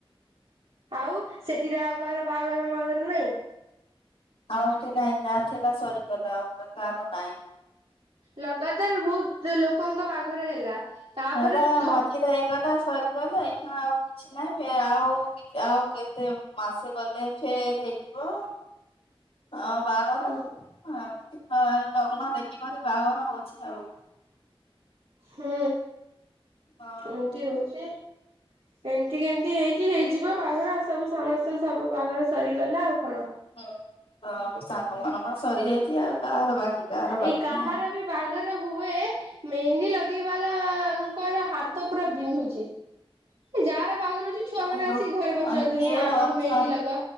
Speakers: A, on the right (about 75°); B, on the left (about 85°).
A: ଆଉ ସେଥିରେ ଆଉ କାହାର ବାହାଘର ମାହାଘର ନହିଁ।
B: ଆଉ ଏଠି ନାଇଁ ଯାଥିଲା ସରିଗଲା ଆଉ କାର ନାହିଁ।
A: ଲଗାତାର ବହୁତ ଲୋକଙ୍କ ବାହାଘର ହେଲା। ତାପରେ
B: ହେଇପା
A: ଠପ୍
B: ମଝିରେ ହେଇଗଲା ସରିଗଲା ଏଇନା ଆଉ କି କିଛି ନାଇଁ ଆଉ ଆଉ କେତେ ମାସେ ଗଲେ ଫେର ହେଇଯିବ। ହଁ ବାହାଘର
A: ହୁଁ
B: ହ ଏମିତି ଲଗ୍ନ ଦେଖିକରି ବାହାଘର ହଉଛି ଆଉ।
A: ହୁଁ
B: ହଁ।
A: ଏମତି ହଉଚି। ଏମିତି କେମତି ହେଇକି ହେଇଯିବ ବାହାଘର ଆଉ ସବୁ ସମସ୍ତେ ସବୁ ବାହାଘର ସରିଗଲା ଆଉ କଣ।
B: ହୁଁ ସବୁ ସାଙ୍ଗ ମାନଙ୍କର ସରିଯାଇଚି ଆଉ କାହାର ବାକି କାହାର ବାକି
A: ଏଇ କାହାର
B: ନାହିଁ।
A: ବି ବାହାଘର ହୁଏ। ମେହେନ୍ଦି ଲଗେଇବାଲାଙ୍କର ହାତ ପୁରା ବିନ୍ଧୁଚି। ଯାହାର ବାହାଘର ହଉଚି ଛୁଆ
B: ହ୍ୟାଲୋ
A: ମାନେ ଆସିକି ଘରେ ପସି ଯାଉଛନ୍ତି
B: ଯିଏ
A: ଆମକୁ
B: ଅଛ
A: ମେହେନ୍ଦୀ ଲଗାଅ।